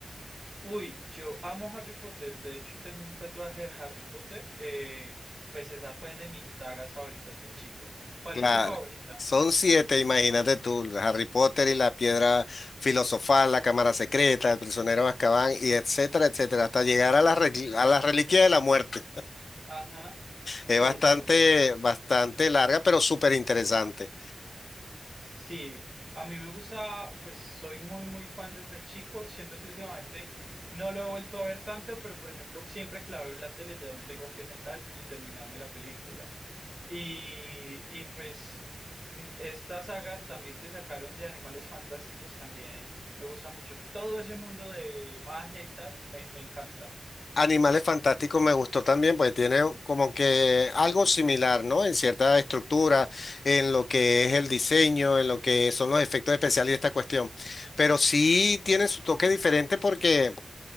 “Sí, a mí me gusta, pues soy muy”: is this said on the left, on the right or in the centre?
Right